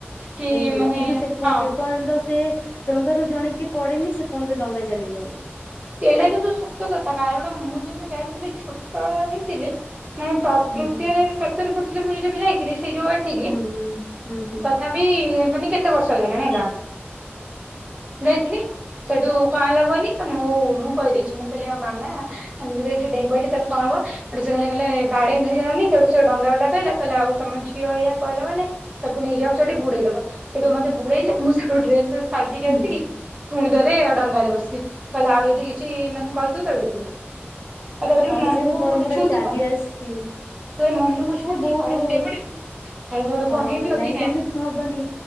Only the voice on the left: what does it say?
ଡେଇଁ ପଡିବି
କିନ୍ତୁ ସେ
ଯେପର୍ଯ୍ୟନ୍ତ ସେ ଡଙ୍ଗାରୁ ଜଣେ କିଏ ପଡିନି ସେ ପର୍ଯ୍ୟନ୍ତ ଡଙ୍ଗା ଚାଲିିବନି।
ହୁଁ ହୁଁ
ହୁଁ ହୁଁ ହୁଁ ହୁଁ
ହୁଁ
ହୁଁ
ହଁ
ସେ ବି ପରମ୍ପରା
ଚାଲି ଆସିଛି।
ସେ ବହୁତ
ହଁ
ନାଇଁ
ସେମିତି ହବନି।